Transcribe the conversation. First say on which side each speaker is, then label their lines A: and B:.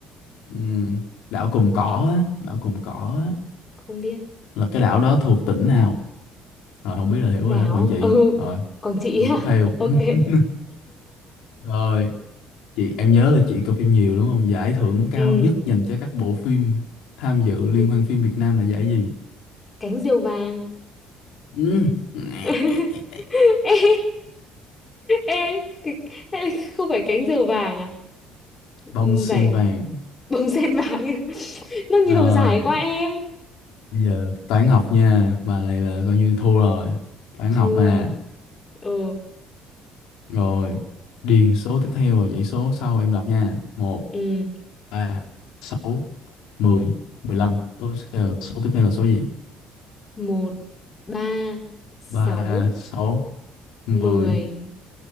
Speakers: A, on the left (about 85°); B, on the left (about 20°).
A: Ừm, Đảo Cồn Cỏ
B: ừ.
A: á, đảo Cồn Cỏ á,
B: không biết
A: là cái đảo đó thuộc tỉnh nào? Rồi không biết là hiểu
B: đảo
A: rồi đó, Quảng
B: á?
A: Trị.
B: <laughs> ừ.
A: Rồi,
B: Quảng Trị
A: câu
B: à
A: tiếp theo.
B: <laughs> ok
A: <laughs> Rồi, chị em nhớ là chị coi phim nhiều đúng không? Giải thưởng cao
B: <laughs> ừ.
A: nhất dành cho các bộ phim tham dự
B: ok.
A: liên hoan phim Việt Nam là giải gì?
B: cánh diều vàng
A: Ừm, <laughs>
B: <laughs> ê, ê, cái- ê, không phải cánh diều vàng à Ừ,
A: Bông sen
B: giải
A: vàng.
B: bông sen vàng <laughs> nó nhiều
A: Rồi,
B: giải quá em
A: bây giờ toán học nha. Bà này là coi như thua rồi. Toán
B: chưa
A: học nè.
B: ờ
A: Rồi, điền số tiếp theo và dãy số sau em đọc nha. một
B: ừ
A: ba sáu mười mười lăm Tiếp theo số tiếp theo là số gì?
B: một ba sáu
A: ba sáu mười
B: mười